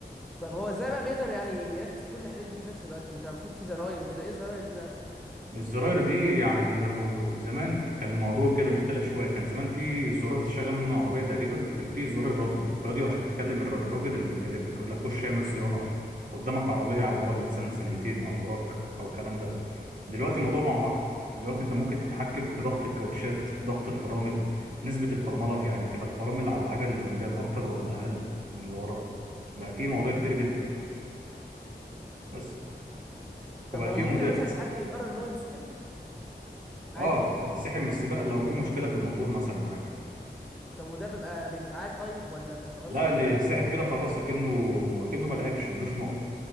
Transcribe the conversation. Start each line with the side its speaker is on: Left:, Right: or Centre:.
Centre: طب هو ازاي بقى بيقدر يعني يركز في كل الحاجات دي في نفس الوقت انت المفروض في زراير وكده ايه الزراير دي بقى
Right: الزراير دي يعني لو زمان كان الموضوع كده مختلف شوية كان زمان في زرار تشغل منه العربية تقريبا وكان في زرار الراديو راديو عشان تكلم الر- الراجل اللي بيكلمك يقول لك خش اعمل صيانة
Centre: امم
Right: قدامك عربية على بعد مثلا ثانيتين أو وراك أو الكلام ده دلوقتي الموضوع بقى معقد دلوقتي أنت ممكن تتحكم في ضغط الكاوتشات ضغط الفرامل نسبة الفرملة يعني تبقى الفرامل على العجل اللي قدام أكتر ولا أقل من اللي وراه بقى في موضوع
Centre: امم
Right: كتير جدا بس
Centre: طب
Right: وبقى
Centre: هو
Right: في
Centre: ممكن
Right: مودات
Centre: مثلا حد يقرر ان هو ينسحب عادي
Right: اه ينسحب من السباق لو في مشكلة في الموتور مثلا عادي
Centre: طب وده بيبقى بيتعاد طيب ولا بي- خلاص
Right: لا
Centre: كده
Right: اللي
Centre: راحت
Right: ينسحب
Centre: عليه
Right: كده خلاص اكنه اكنه ما لعبش ملوش نقط